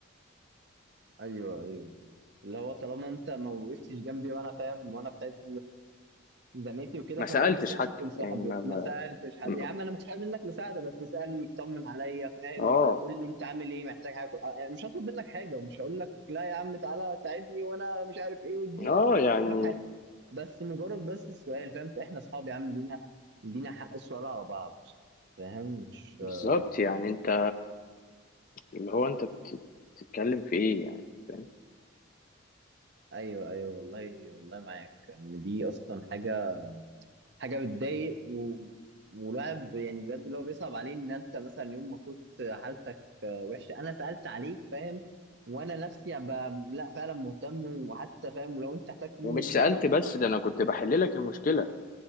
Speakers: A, on the right; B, on the left.
A: ايوه ايوه اللي هو طالما انت ما وقفتش جنبي وانا فاهم وانا في حته زميلتي وكده
B: ما
A: فانت
B: سألتش
A: ما تستاهلش
B: حتى
A: تكون صاحبي
B: يعني ما
A: ما
B: ما
A: سالتش حد
B: ما-
A: يا عم انا مش عايز منك مساعده بس اسالني اطمن عليا فاهم
B: اه
A: قول لي انت عامل ايه محتاج حاجه أه، آه، مش هطلب منك حاجه ومش هقول لك لا يا عم تعالى ساعدني وانا مش عارف ايه واديني
B: اه يعني
A: مش هقول لك حاجه بس مجرد بس السؤال فاهم احنا اصحاب يا عم لينا لينا حق السؤال على بعض فاهم مش
B: بالظبط
A: آه،
B: يعني انت اللي هو انت بتتكلم في ايه يعني فاهم
A: ايوه ايوه والله والله معاك ان دي اصلا حاجه حاجه بتضايق و... والواحد يعني بجد اللي هو بيصعب عليه ان انت مثلا يوم ما كنت حالتك وحشه انا سالت عليك فاهم وانا نفسي أبقى لا فعلا مهتم وحتى فاهم ولو انت احتجت مني
B: ومش
A: مساعده
B: سألت
A: وبتطلب
B: بس ده
A: مني
B: انا كنت بحل لك المشكلة